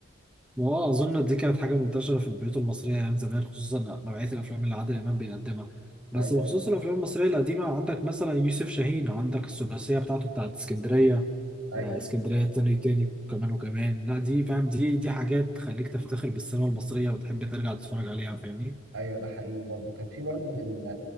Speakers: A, in the centre; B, on the right (about 80°).
A: واه اظن دي كانت حاجه منتشره في البيوت المصريه ايام زمان خصوصا نوعيه الافلام اللي عادل امام بيقدمها بس
B: ايوه
A: بخصوص الافلام المصريه القديمه عندك مثلا يوسف شاهين عندك الثلاثيه بتاعته بتاعت اسكندريه
B: ايوه
A: آه، اسكندريه تاني تاني كمان وكمان لا دي فاهم دي دي حاجات تخليك تفتخر بالسينما المصريه وتحب ترجع تتفرج عليها فاهمني
B: ايوه ده حقيقي برضو كان في برضو من ال-